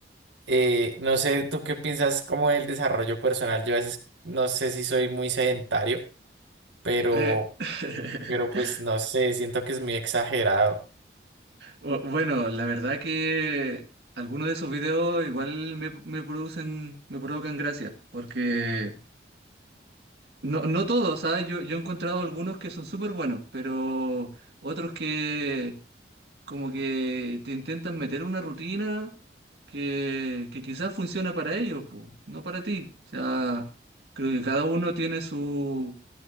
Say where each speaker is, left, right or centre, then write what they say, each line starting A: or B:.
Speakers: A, on the right; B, on the right.
A: Eh, no sé, ¿tú qué piensas como del desarrollo personal? Yo a veces no sé si soy muy sedentario, pero,
B: Eh, <laughs>
A: pero pues no sé, siento que es muy exagerado.
B: bu- bueno, la verdad que algunos de esos videos igual me, me producen, me provocan gracia, porque no, no todos, ¿sabes? Yo, yo he encontrado algunos que son súper buenos, pero otros que, como que te intentan meter una rutina que, que quizás funciona para ellos, po, no para ti. O sea, creo que cada uno tiene su,